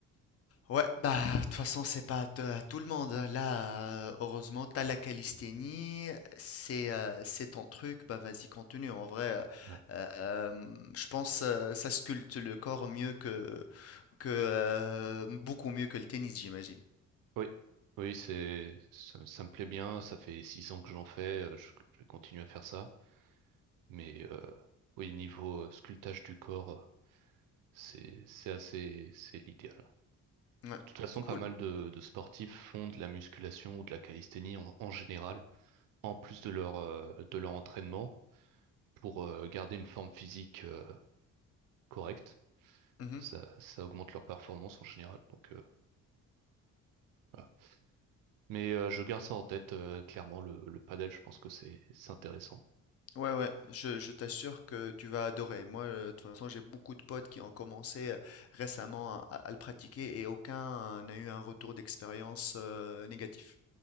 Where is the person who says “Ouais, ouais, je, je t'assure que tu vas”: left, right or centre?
Left